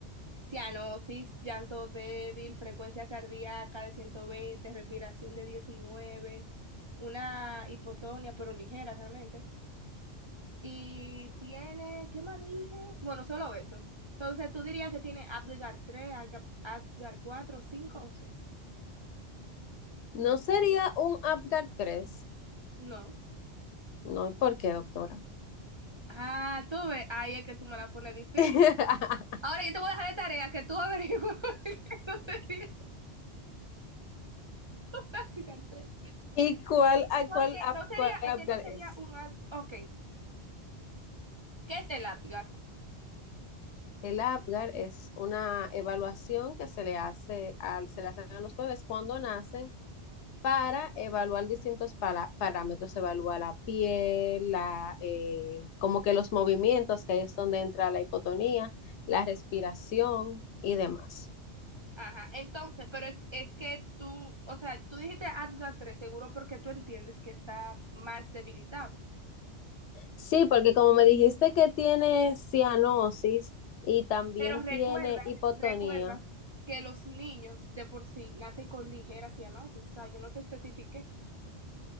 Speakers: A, on the right (about 30°); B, on the left (about 80°).
A: Cianosis, llanto débil, frecuencia cardíaca de 120, respiración de 19, una hipotonia, pero ligera realmente. Y tiene, ¿qué más dije? Bueno, solo eso. Entonces, ¿tú dirías que tiene Apgar 3 Apgar Apgar 4, 5 o seis
B: ¿No sería un Apgar 3?
A: No.
B: No, ¿por qué, doctora?
A: Ah, tú ves, ahí es que tú me la pones difícil.
B: <laughs>
A: Ahora yo te voy a dejar de tarea que tú averigües <laughs> que no sería un Apgar 3.
B: ¿Y cuál, a
A: Porque
B: cuál, Ap-
A: no sería,
B: cuál Apgar
A: es que no sería
B: es?
A: un Apgar. Ok, ¿qué es el Apgar?
B: El APGAR es una evaluación que se le hace a, se le hacen a los bebés cuando nacen para evaluar distintos para, parámetros, evalúa la piel, la, eh, como que los movimientos, que ahí es donde entra la hipotonía, la respiración y demás.
A: Ajá, entonces, pero es, es que tú, o sea, tú dijiste Apgar 3 seguro porque tú entiendes que está más debilitado.
B: Sí, porque como me dijiste que tiene cianosis y también
A: Pero recuerda,
B: tiene hipotonía,
A: recuerda que los niños de por sí nacen con ligera cianosis. O sea, yo no te especifiqué.